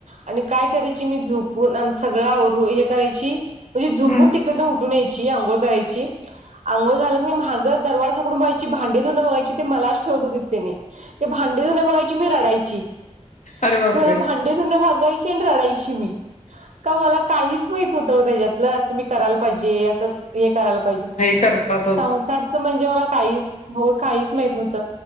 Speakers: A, on the right; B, on the left.
A: आणि काय करायची मी झोपून आ सगळं हे करायची म्हणजे झोपून
B: हम्म
A: तिकडनं उठून यायची आंघोळ करायची अंोळ झालं क नाही माझं दरवाज उघडून बघायची भांडीधवून बघायची ते मलाच ठेवत होती त्यांनी ते भांडे धुून बघायची मी रडायची
B: अरे बापरे.
A: खरं भांडे धून बघायची ते न रडायची मि का काहीच माहित नव्हत ओ त्याच्यातल करायला पाहिजे असं हे करायला पाहिजे
B: करता
A: संसारच म्हणजे मला काहीच हो काहीच माहत नव्हतं